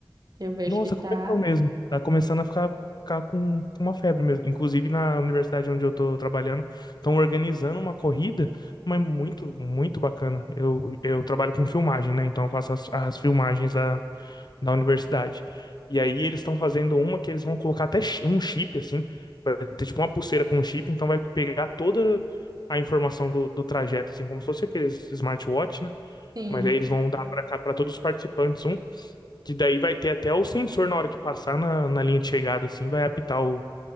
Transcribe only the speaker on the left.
Nossa,
começou mesmo. Tá começando a ficar, ficar com, com uma febre mesmo. Inclusive, na universidade onde eu tô trabalhando, estão organizando uma corrida, mas muito, muito bacana. Eu, eu trabalho com filmagem, né? Então, eu faço as, as filmagens da, da universidade. E aí, eles estão fazendo uma que eles vão colocar até chi- um chip, assim. Vai ter tipo uma pulseira com um chip, então vai pegar toda a informação do, do trajeto, assim, como se fosse aqueles smartwatch, né?
Mas aí eles vão dar para cá para todos os participantes um, que daí vai ter até o sensor na hora que passar na, na linha de chegada, assim, vai apitar o,